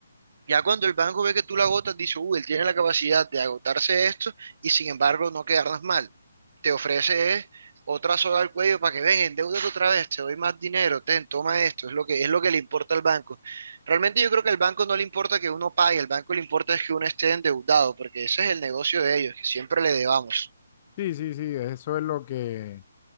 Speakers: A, on the right; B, on the left.
A: Ya cuando el banco ve que tú la agotas, dice, uy, él tiene la capacidad de agotarse esto y sin embargo no quedarnos mal. Te ofrece eh, otra soga al cuello para que ven, endeúdate otra vez, te doy más dinero, ten, toma esto, es lo que, es lo que le importa al banco. Realmente yo creo que al banco no le importa que uno pague, al banco le importa es que uno esté endeudado, porque ese es el negocio de ellos, que siempre le debamos.
B: Sí, sí, sí, eso es lo que...